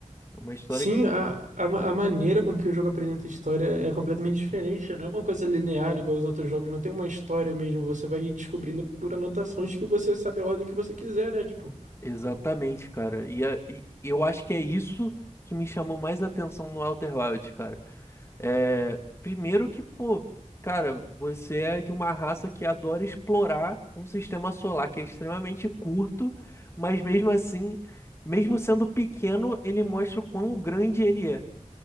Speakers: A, on the left; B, on the right.
A: É uma história
B: Sim,
A: que
B: a, a, ma- a maneira com que o jogo apresenta a história é completamente diferente. né? Não é uma coisa linear igual os outros jogos, não tem uma história mesmo. Você vai ir descobrindo por anotações que você sabe a ordem que você quiser, né? Tipo,
A: Exatamente, cara. E, a- e eu acho que é isso que me chamou mais atenção no Outer Wilds, cara. É, primeiro que, pô, cara, você é de uma raça que adora explorar um sistema solar que é extremamente curto, mas mesmo assim, mesmo sendo pequeno, ele mostra o quão grande ele é.